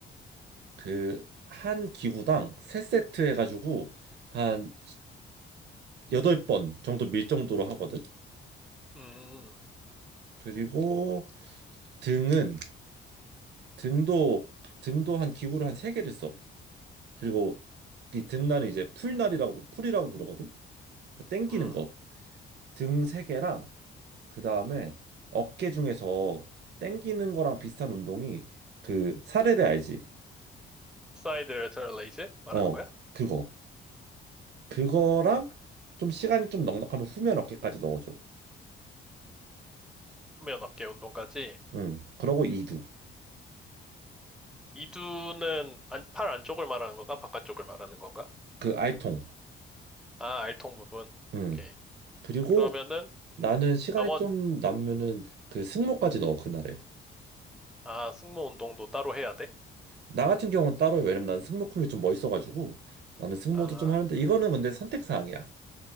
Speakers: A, on the right; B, in the centre.
A: 그 한 기구당 세세트 해가지고 한 여덟 번 정도 밀 정도로 하거든.
B: 음,
A: 그리고 등은 등도 등도 한 기구를 한 세개를 써. 그리고 이 등날은 이제 풀날이라고 풀이라고 부르거든. 그러니까 땡기는
B: 음.
A: 거. 등 세 개랑 그다음에 어깨 중에서 땡기는 거랑 비슷한 운동이 그 사레레 알지?
B: 사이드 레터럴 레이즈 말하는
A: 어,
B: 거야?
A: 그거. 그거랑 좀 시간이 좀 넉넉하면 후면 어깨까지 넣어줘.
B: 후면 어깨 운동까지.
A: 응. 그러고 이두.
B: 이두는 안, 팔 안쪽을 말하는 건가? 바깥쪽을 말하는 건가?
A: 그 알통.
B: 아, 알통 부분.
A: 응.
B: 오케이.
A: 그리고
B: 그러면은
A: 나는 시간이
B: 나머
A: 좀 남으면은 그 승모까지 넣어 그날에.
B: 아, 승모 운동도 따로 해야 돼?
A: 나 같은 경우는 따로 해. 왜냐면 난 승모 큰 게 좀 멋있어가지고 나는 승모도
B: 아,
A: 좀 하는데 이거는 근데 선택 사항이야.